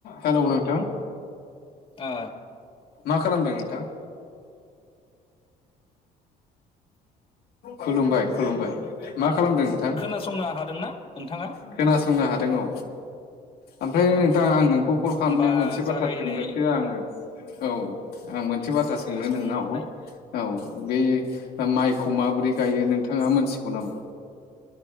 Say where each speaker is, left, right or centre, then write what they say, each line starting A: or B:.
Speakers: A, on the left (about 70°); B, on the left (about 30°).
A: Hello नोंथां
B: आ
A: मा खालामदों नोंथां खुलुमबाय खुलुमबाय मा खालामदों नोंथां
B: खोनासंनो हादोंना नोंथाङा
A: खोनासंनो हादों औ ओमफ्राय
B: ओ
A: नोंथां आं नोंखौ कल खालामनाया
B: होमबा
A: मोनसे बाथ्रा
B: जागायनाय
A: सोंनोसो आङो औ आं मोन बाथ्रा सोंनो
B: ओ सोंलाय
A: नोंनाव औ बे माइखौ माबोरै गायो नोंथाङा मोनथिगौ नामा